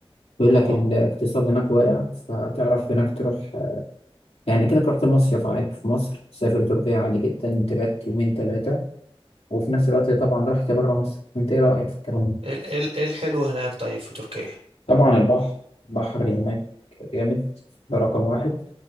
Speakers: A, on the left (about 75°); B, on the right (about 80°).
A: بيقول
B: اه
A: لك الاقتصاد هناك واقع فتعرف هناك تروح يعني أكنك رحت مصيف عادي في مصر تسافر تركيا عادي جدا تبات يومين ثلاثة وفي نفس الوقت طبعا رحت بره مصر أنت إيه رأيك في الكلام ده؟
B: ايه ال- ايه ال- إيه الحلو هناك طيب في تركيا
A: طبعا البحر البحر هناك جامد ده رقم واحد